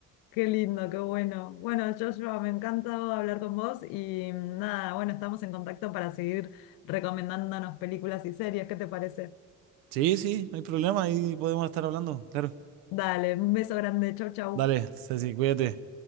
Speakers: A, on the left; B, on the right.
A: qué lindo, qué bueno. Bueno, Joshua, me encanta hablar con vos y mm, nada, bueno, estamos en contacto para seguir recomendándonos películas y series. ¿Qué te parece?
B: Sí, sí, no hay problema, ahí podemos estar hablando, claro.
A: Dale, un beso grande, chau, chau.
B: Dale, Ceci, cuídate.